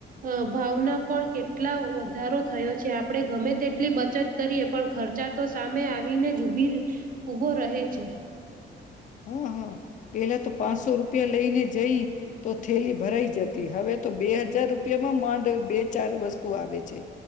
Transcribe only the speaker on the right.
અહ ભાવના પણ કેટલા વધારો થયો છે. આપડે ગમે તેટલી બચત કરીએ પણ ખર્ચા તો સામે આવીનેજ ઉભી ઉભો રહે છે.